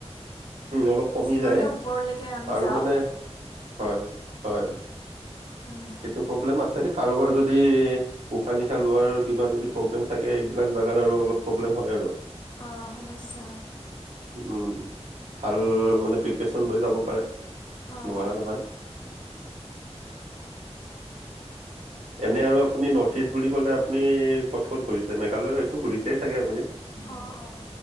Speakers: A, on the right; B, on the left.
A: অলপ কমি
B: যিমানে
A: যায়
B: ওপৰলৈকে আমি
A: আৰু
B: যাওঁ
A: মানে হয় হয়
B: উম
A: সেইটো প্ৰব্লেম আছে কাৰোবাৰ যদি উশাহ নিশাহ লোৱাৰ কিবা যদি প্ৰব্লেম থাকে এইবিলাক জাগাত আৰু অলপ প্ৰব্লেম হয় আৰু
B: অঁ সমস্যা
A: উম ভাল মানে প্ৰিপেশ্যন লৈ যাব পাৰে
B: অঁ
A: নোৱা নহয় এনে আৰু আপুনি নৰ্থ ইষ্ট বুলি কলে আপুনি ক'ত ক'ত ঘূৰিছে মেঘালয় হয়তো ঘূৰিছেই চাগে আপুনি
B: অঁ অঁ